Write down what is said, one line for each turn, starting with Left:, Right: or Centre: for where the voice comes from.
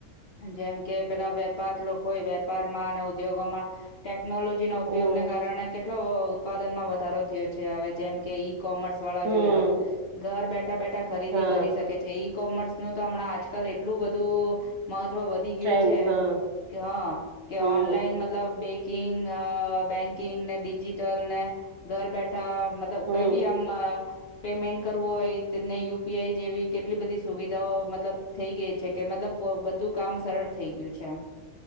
Left: જેમ કે પેલા વેપાર લોકો હોય વેપારમાં, અને ઉદ્યોગોમાંયુ ટેકનોલોજી ના ઉપયોગને
Right: હમ
Left: કારણે કેટલો ઉત્પાદનમાં વધારો થયો છે હવે જેમ કે ઈ કોમર્સ વાળા
Right: હમ
Left: જોઈે લો ઘર બેઠ બેઠા બેઠા ખરીદી
Right: હા
Left: કરી શકે છે ઇ કોમર્સ નું તો હમણાં આજકાલ એટલું બધું મહત્વ વધી ગયું
Right: ટ્રેન્ડ
Left: છે.
Right: હા
Left: કે હા કે
Right: હમ
Left: ઓનલાઈન મતલબ બે કી બેન્કિંગ ને ડિજીિટલ ને ઘર બેઠા મતલબ
Right: હમ
Left: કઈ બી આમ પેમેન્ટ કરવું હોય ને યુપીઆઈ જેવી કેટલી બધી સુવિધાઓ મતલબ થઈ ગઈ છે. કે મતલબ બધું કામ સરળ થઈ ગયું છે. એમ